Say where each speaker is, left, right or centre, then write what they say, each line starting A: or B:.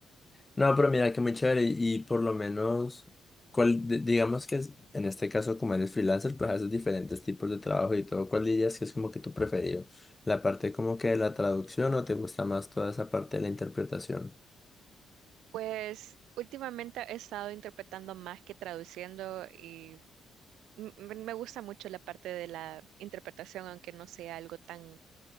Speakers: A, on the left; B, on the right.
A: No, pero mira que muy chévere y, y por lo menos, cuál, di- digamos que es- en este caso como eres freelancer, pues haces diferentes tipos de trabajo y todo. ¿Cuál dirías que es como que tu preferido? ¿La parte como que de la traducción o te gusta más toda esa parte de la interpretación?
B: Pues últimamente he estado interpretando más que traduciendo y m- m- me gusta mucho la parte de la interpretación, aunque no sea algo tan